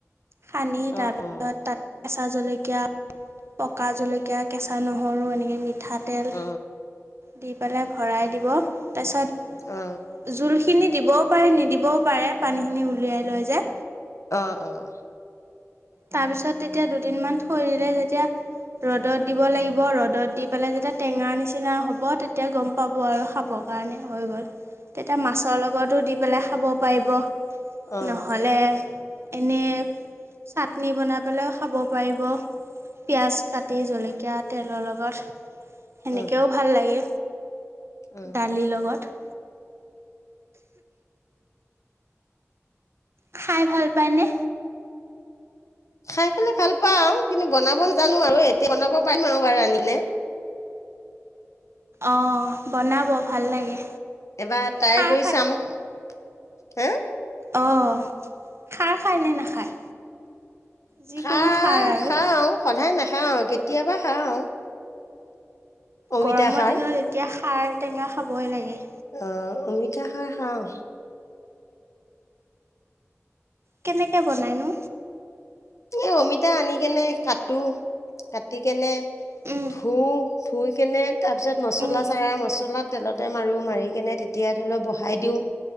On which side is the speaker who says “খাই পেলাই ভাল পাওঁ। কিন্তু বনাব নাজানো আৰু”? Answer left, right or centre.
Left